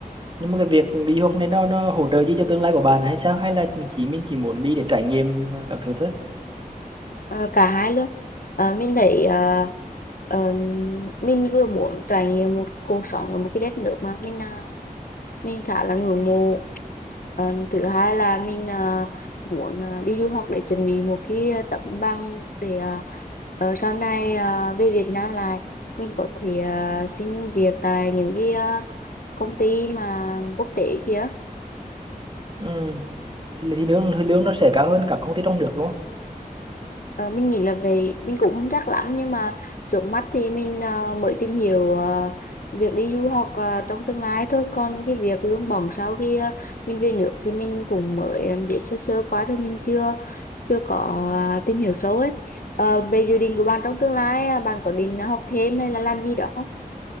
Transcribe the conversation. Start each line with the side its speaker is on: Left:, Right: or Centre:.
Right: nhưng mà cái việc đi du học này nó nó hỗ trợ gì cho tương lai của bạn hay sao? Hay là mình chỉ mình chỉ muốn đi để trải nghiệm ờ, các thứ thôi?
Left: Ờ, cả hai luôn Ờ, mình thấy ờ, ờm, mình vừa muốn trải nghiệm một cuộc sống ở một cái đất nước mà mình ờ, mình khá là ngưỡng mộ Ờ, thứ hai là mình ờ, muốn ờ, đi du học để chuẩn bị một cái ờ, tấm bằng để ờ, ờ, sau này ờ, về Việt Nam lại mình có thể ờ, xin việc tại những cái ờ, công ty mà quốc tế kia
Right: Ừ, thì, thì lương thì lương nó sẽ cao hơn các công ty trong nước đúng không?
Left: Ờ, mình nghĩ là về mình cũng không chắc lắm nhưng mà trước mắt thì mình ờ, mới tìm hiểu ờ, việc đi du học ờ, trong tương lai thôi còn cái việc lương bổng sau khi ờ, mình về nước thì mình cũng mới ờ, biết sơ sơ quá thôi mình chưa chưa có ờ, tìm hiểu sâu ấy Ờ, về dự định của bạn trong tương lai ờ, bạn có định học thêm hay là làm gì đó không